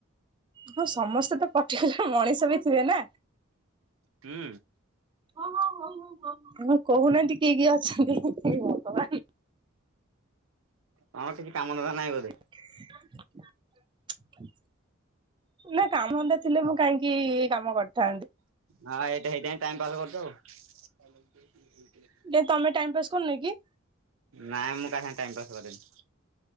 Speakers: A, on the right; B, on the right.
A: ହଁ ସମସ୍ତେ ତ ପଟିକୁଲାର ମଣିଷ ବି ଥିବେ ନା?
B: ହୁଁ
A: ମୁଁ କହୁନାହାନ୍ତି କିଏ କିଏ ଅଛନ୍ତି? ହେ ଭଗବାନ୍।
B: ତମର କିଛି କାମ ଧନ୍ଦା ନାହିଁ ବୋଧେ?
A: <inaudible> ନା କାମ ଧନ୍ଦା ଥିଲେ ମୁଁ କାହିଁକି ଏଇ କାମ କରିଥାନ୍ତି।
B: ହଁ ଏଇଟା ସେଇଥିପାଇଁ ଟାଇମ ପାସ୍ କରୁଛ ଆଉ। <unintelligible>
A: କାଇଁ ତମ ଟାଇମ ପାସ୍ କରୁନ କି?
B: ନାଇଁ ମୁଁ କାହା ସାଙ୍ଗେରେ ଟାଇମ ପାସ୍ କରେନି।